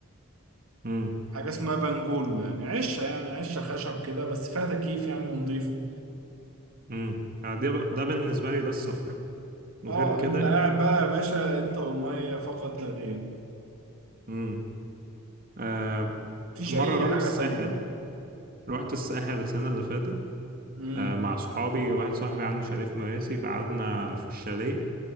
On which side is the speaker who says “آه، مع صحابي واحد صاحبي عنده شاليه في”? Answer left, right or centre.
Right